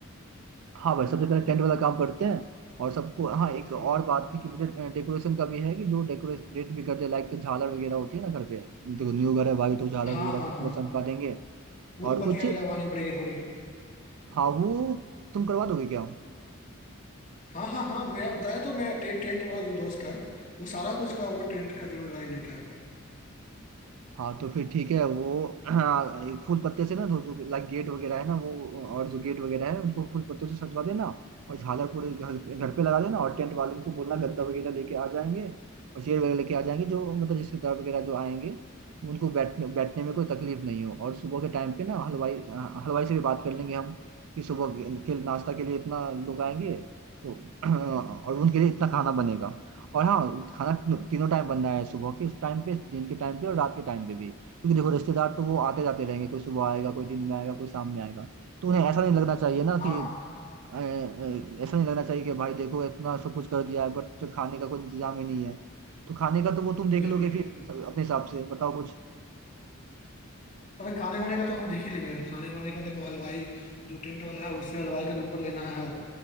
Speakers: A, on the right (about 90°); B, on the left (about 40°).
A: हाँ भाई सबसे पहले टेंट वाला काम करते हैं और सबको हाँ एक और
B: हम्म।
A: बात थी कि मुझे डेकोरेशन का भी है कि जो डेकोरेट भी करते हैं, लाइक झालर वगैरह होती है ना घर पे देखो न्यू घर है भाई तो झालर
B: हाँ
A: वगैरह
B: हाँ
A: से पूरा
B: हाँ
A: चमका देंगे
B: फूल
A: और
B: पत्तियां
A: कुछ
B: भी लगवानी पड़ेगी थोड़ी
A: हाँ वो तुम करवा दोगे क्या
B: हाँ हाँ हाँ मेरा बताया तो मैं टे, टेंट वाला जो दोस्त है वो सारा कुछ का वो टेंट का जिम्मेदारी लेता है
A: हाँ तो फिर ठीक है वो हाँ, ये फूल पत्ते से ना जो जो लाइक गेट वगैरह है ना वो और जो गेट वगैरह है उनको फूल पत्ते से सजवा देना और झालर पूरे घर घर पे लगा देना और टेंट वाले को बोलना गद्दा वगैरह लेके आ जाएंगे और चेयर वगैरह लेके आ जाएंगे जो मतलब रिश्तेदार वगैरह जो आएंगे उनको बैठने बैठने में कोई तकलीफ नहीं हो और सुबह के टाइम पे ना हलवाई अ, हलवाई से भी बात कर लेंगे हम कि सुबह के के नाश्ता के लिए इतना लोग आएंगे तो <clears throat> और उनके लिए इतना खाना बनेगा और हाँ खाना तीनों तीनों टाइम बनना है सुबह के उस टाइम पे दिन के टाइम पे और रात के टाइम पे भी क्योंकि देखो रिश्तेदार तो वो आते जाते रहेंगे कोई सुबह आएगा कोई दिन में आएगा कोई शाम में आएगा तो उन्हें ऐसा नहीं लगना चाहिए ना
B: हाँ
A: कि
B: हाँ
A: अ, अ, ऐसा नहीं लगना चाहिए कि भाई देखो इतना सब कुछ कर दिया है बट खाने का कोई इंतजाम ही नहीं है तो खाने का तो वो तुम देख
B: बिल्कुल
A: लोगे फिर
B: बिल्कुल
A: अपने हिसाब से बताओ कुछ
B: अरे खाने वाने का तो हम देख ही लेंगे यार खाने वाने का देखो हलवाई जो टेंट वाला है उससे हलवाई का नंबर लेना है